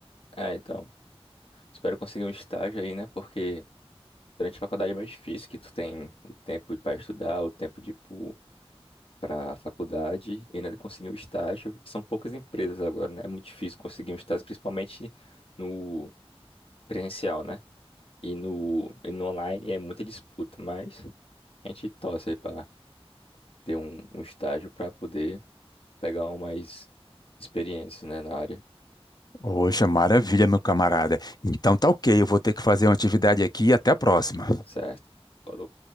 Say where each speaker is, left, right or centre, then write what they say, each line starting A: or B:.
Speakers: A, on the left; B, on the left.
A: É, então, espero conseguir um estágio aí, né? Porque durante a faculdade é mais difícil, que tu tem o tempo para estudar, o tempo de ir pro- pra faculdade e ainda conseguir um estágio. São poucas empresas agora, né? É muito difícil conseguir um estágio, principalmente no presencial, né? E no, e no online é muita disputa, mas a gente torce aí pra ter um, um estágio para poder pegar uma mais experiência, né, na área.
B: Poxa, maravilha, meu camarada. Então tá ok, eu vou ter que fazer uma atividade aqui e até a próxima.
A: Certo. Falou.